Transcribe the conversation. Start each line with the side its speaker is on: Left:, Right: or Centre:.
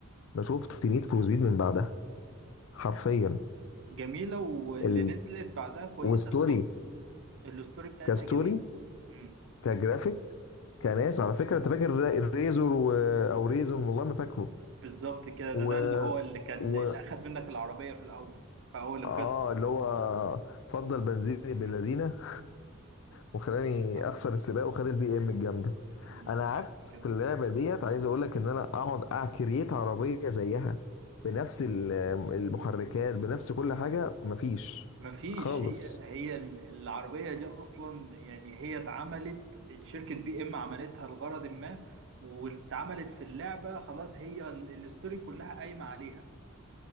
Left: ما شفت نيد فور سبيد من بعدها حرفيا
Right: جميله واللي
Left: ال...
Right: نزلت بعدها كويسه
Left: وستوري
Right: الهوت الستوري بتاعتها
Left: كستوري
Right: جميله مم.
Left: كجرافيك كناس على فكره انت فاكر الري- الريزور و... او ريزون والله ما فاكره
Right: بالظبط كده
Left: و...
Right: ده ده اللي هو اللي كان
Left: و...
Right: اللي اخد منك العربيه في الاول في اول القصه
Left: اه اللي هو فضل بنزين ابن
Right: مم.
Left: اللذينه وخلاني
Right: آه،
Left: اخسر السباق وخد البي ام الجامده
Right: مم،
Left: انا
Right: بالظبط
Left: قعدت
Right: كده
Left: في اللعبه ديت عايز اقول لك ان انا اقعد اعكريت عربيه زيها بنفس ال- المحركات بنفس كل حاجه مفيش
Right: مفيش
Left: خالص
Right: هي هي ال- العربية دي أصلا يعني هي اتعملت شركة بي إم عملتها لغرض ما واتعملت في اللعبة خلاص هي ال- الاستوري كلها قايمة عليها